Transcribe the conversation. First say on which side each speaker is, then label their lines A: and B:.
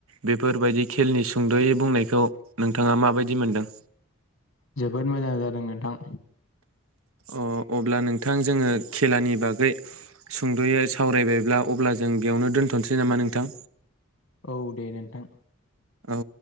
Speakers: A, on the right; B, on the left.
A: बेफोरबायदि खेलनि सुंद'यै बुंनायखौ नोंथाङा माबायदि मोनदों?
B: जोबोद मोजां जादों नोंथां।
A: अ अब्ला नोंथां जोङो खेलानि बागै सुंद'यै सावरायबायब्ला अब्ला जों बेयावनो दोन्थ'सै नामा नोंथां?
B: औ दे नोंथां
A: औ